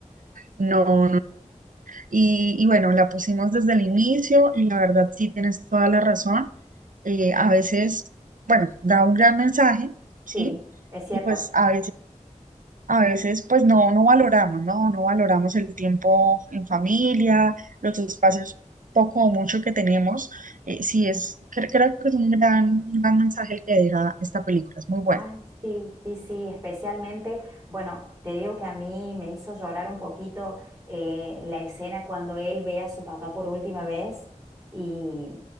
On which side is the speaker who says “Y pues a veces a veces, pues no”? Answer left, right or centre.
Right